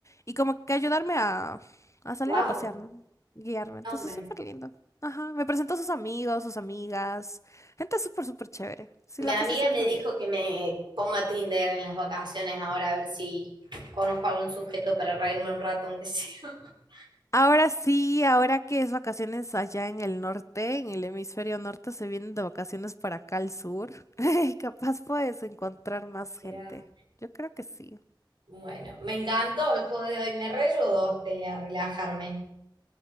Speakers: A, on the left; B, on the right.
A: y como que ayudarme a, a salir
B: Wow,
A: a pasear, ¿no? Guiarme. Entonces,
B: hombre.
A: súper lindo. Ajá, me presentó a sus amigos, sus amigas, gente súper, súper chévere. Sí,
B: Mi
A: la
B: amiga
A: pasé súper
B: me dijo
A: bien.
B: que me ponga Tinder en las vacaciones ahora a ver si conozco algún sujeto para reírme un rato, aunque sea. <laughs>
A: Ahora sí, ahora que es vacaciones allá en el norte, en el hemisferio norte, se vienen de vacaciones para acá al sur. <laughs> Y Capaz puedes encontrar más gente.
B: Ya.
A: Yo creo que sí.
B: Bueno, me encantó el juego de hoy, me reayudó usted a relajarme.